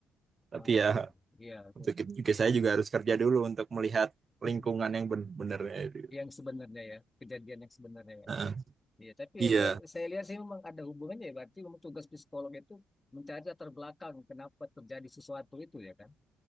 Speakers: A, on the right; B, on the left.
A: Tapi
B: Ah,
A: ya,
B: iya, itu.
A: untuk itu juga saya juga harus kerja dulu untuk melihat
B: <laughs>
A: lingkungan yang benar-benarnya itu.
B: yang sebenarnya ya kejadian yang sebenarnya ya
A: Nah,
B: iya tapi
A: iya,
B: eh, saya, saya lihat sih memang ada hubungannya ya berarti memang tugas psikolog itu mencari latar belakang kenapa terjadi sesuatu itu ya kan